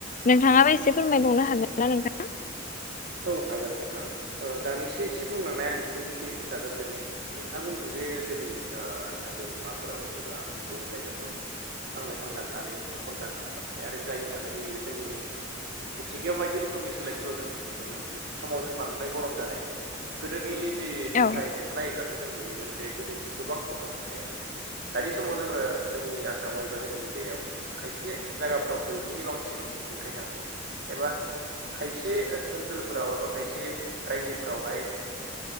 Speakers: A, on the left; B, on the right.
A: नोंथाङाबो एसे फोरमायबावनो हागोन ना नोंथां?
B: औ हागोन नोंथां ओ दानिसो एसे बुंलांनाय आं बेखौनो एसे दाजाबदेरनि नोंथाङा बुंदों जे जोंनि ओ नोगोरमाफोराव एबा गुबुन जायगाफोराव बिफां लाइफां दाननानै कलकारखाना बानायनाय आरो जायनि थाखाय दिनै जोंनि मिथिंगायाव बायदि रोखोमनि सोलाय सोल'जों नुनो मोन्दों। समाव जों बांद्राय गरम जानाय गोदोनि जि दुंथाइ
A: औ
B: बेखौ नायोब्लाथ' जों नुयोमोन जे गोदो गोबां खममोन दुंथाया। दानि समाव जोङो जोंनि आसामाव एबा जोंनि इण्डियायाव खायसे जायगाफोराव ब्रैजिनि बांसिन दुंथाय थाङो एबा खायसे ओनसोलफोराव एबा खायसे रायजोफोरावहाय